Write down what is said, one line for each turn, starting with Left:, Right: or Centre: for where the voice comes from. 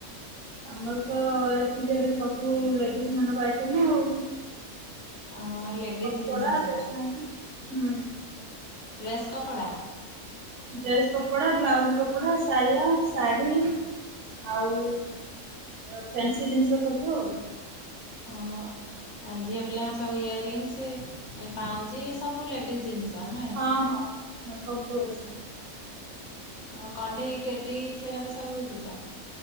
Right: ଆମର ତ ଏ ଟୁ ଜେଡ୍ ସବୁ ଲେଡିଜ ମାନଙ୍କ ଆଇଟମ୍ ଆଉ।
Left: ଅ ଲେଡିଜ
Right: କପଡା
Left: ଜିନିଷ ସବୁ
Right: ଟେସନାରୀ ହୁଁ।
Left: ଡ୍ରେସ୍ କପଡ଼ା?
Right: ଡ୍ରେସ୍ କପଡା ବ୍ଲାଉଜ କପଡା ସାୟା ଶାଢୀ ଆଉ ଅ ଫ୍ୟାନ୍ସି ଜିନିଷ ସବୁ ଆଉ।
Left: ଓହୋ। ଝିଅ ପିଲାଙ୍କ ସବୁ ଇୟରିଙ୍ଗସ୍ ପାଉଁଞ୍ଜି ସବୁ ଲେଡ଼ିଜ ଜିନିଷ ନୁହେଁ?
Right: ହଁ ହଁ ହଁ ସବୁ ଅଛି।
Left: ଆଉ କଣ୍ଢେଇ ଟେଡି ସେରା ବି ସବୁ ବିକୁଛ?